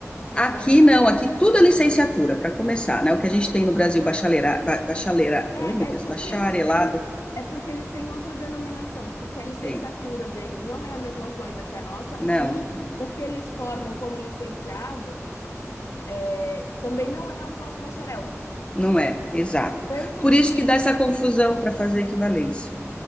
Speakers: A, on the left; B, on the left.
A: Aham.
B: Aqui não, aqui tudo é licenciatura, para começar, né? O que a gente tem no Brasil, bachaleira, ba- bachaleira,
A: É,
B: oh meu Deus,
A: é porque
B: bacharelado,
A: eles têm, é porque eles têm outra denominação, porque a licenciatura
B: tem.
A: deles não é a mesma coisa que a nossa
B: Não,
A: e o que eles formam como licenciado é também não é o nosso bacharel.
B: Não é, exato.
A: Tanto
B: Por
A: que,
B: isso que dá essa confusão para fazer equivalência.